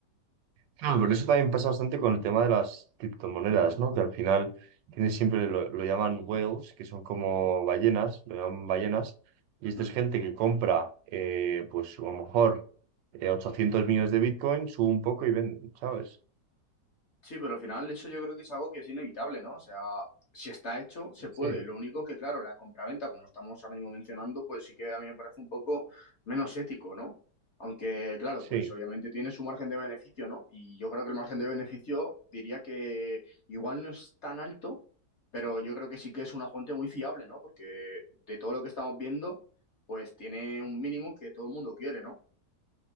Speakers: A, on the right (about 85°); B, on the left (about 50°).
A: Claro, pero eso también pasa bastante con el tema de las criptomonedas, ¿no? Que al final tienes siempre, lo, lo llaman whales, que son como ballenas, lo llaman ballenas, y
B: Ujú.
A: esta es gente que compra, eh, pues a lo mejor eh, 800 millones de Bitcoin, sube un poco y venden, ¿sabes?
B: Sí, pero al final eso yo creo que es algo que es inevitable, ¿no? O sea, si está hecho, se puede.
A: Sí,
B: Lo único que, claro, la compraventa, como estamos ahora mismo mencionando, pues sí que a mí me parece un poco menos ético, ¿no? Aunque, claro,
A: sí,
B: pues obviamente tiene su margen de beneficio, ¿no? Y yo creo que el margen de beneficio diría que igual no es tan alto, pero yo creo que sí que es una fuente muy fiable, ¿no? Porque de todo lo que estamos viendo, pues tiene un mínimo que todo el mundo quiere, ¿no?